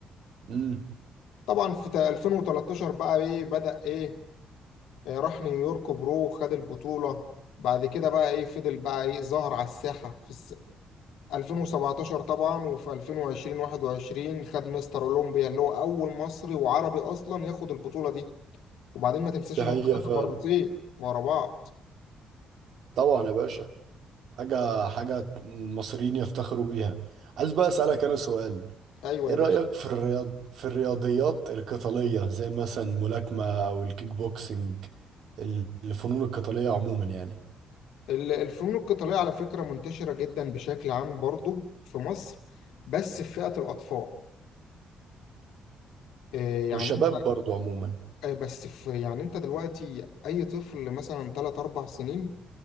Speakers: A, on the right; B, on the left.
A: امم
B: طبعا في تا- 2013 بقى إيه بدأ إيه آه، راح نيويورك برو وخد البطولة بعد كده بقى إيه فضل بقى إيه ظهر على الساحة في 2017 طبعا وفي 2020 21 خد مستر اولمبيا اللي هو اول مصري وعربي اصلا ياخد البطوله دي وبعدين ما تنساش
A: دي
B: ان
A: حقيقة
B: هو خدها
A: فعلا
B: مرتين ورا بعض
A: طبعا يا باشا حاجة حاجة المصريين يفتخروا بيها عايز بقى أسألك أنا سؤال
B: ايوه
A: إيه
B: يا
A: رأيك
B: باشا
A: في الرياض في الرياضيات القتالية زي مثلا الملاكمة أو الكيك بوكسينج ال- الفنون القتالية عموما يعني
B: ال- الفنون القتاليه على فكره منتشره جدا بشكل عام برضو في مصر بس في فئه الاطفال آه، يعني
A: والشباب برضو عموما
B: آه، بس في يعني انت دلوقتي اي طفل مثلا 3 4 سنين